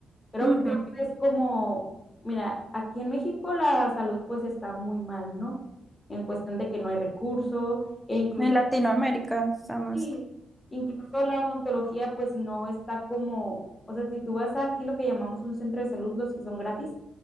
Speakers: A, on the left; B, in the centre.
A: creo
B: Ujú.
A: yo que es como, mira, aquí en México la salud pues está muy mal, ¿no? En cuestión de que no hay recurso e incluso,
B: En Latinoamérica estamos.
A: sí, incluso la odontología pues no está como, o sea, si tú vas a aquí lo que llamamos un centro de salud, los que son gratis,